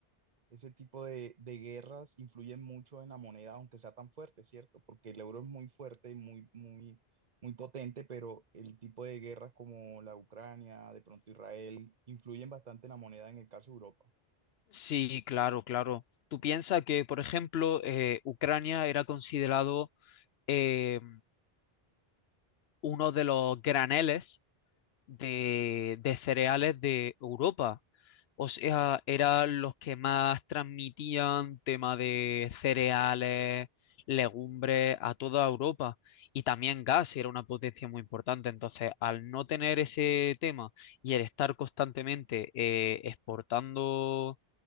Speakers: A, on the right (about 45°); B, on the left (about 80°).
A: ese tipo de, de guerras influyen mucho en la moneda, aunque sea tan fuerte, ¿cierto? Porque el euro es muy fuerte y muy, muy, muy potente, pero el tipo de guerras como la Ucrania, de pronto Israel, influyen bastante en la moneda en el caso de Europa.
B: Sí, claro, claro. Tú piensas que, por ejemplo, eh, Ucrania era considerado eh, uno de los graneles de, de cereales de Europa. O sea, eran los que más transmitían tema de cereales, legumbres a toda Europa. Y también gas era una potencia muy importante. Entonces, al no tener ese tema y el estar constantemente eh, exportando